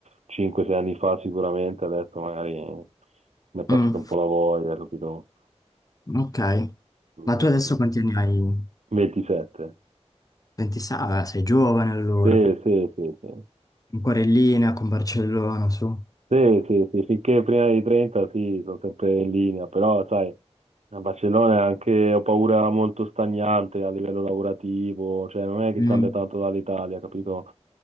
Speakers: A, on the right; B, on the left.
A: 5-6 anni fa sicuramente, adesso magari mi è passata
B: Mm,
A: un po' la voglia, capito?
B: ok.
A: Mm,
B: Ma tu adesso quanti anni hai?
A: 27.
B: 26? Ah, beh, sei giovane allora.
A: Sì, sì, sì, sì.
B: Ancora in linea con Barcellona, su.
A: Sì, sì, sì, finché prima dei 30 sì, sono sempre in linea, però sai, a Barcellona è anche, ho paura, molto stagnante a livello lavorativo, cioè non è che
B: Mm,
A: cambia tanto dall'Italia, capito?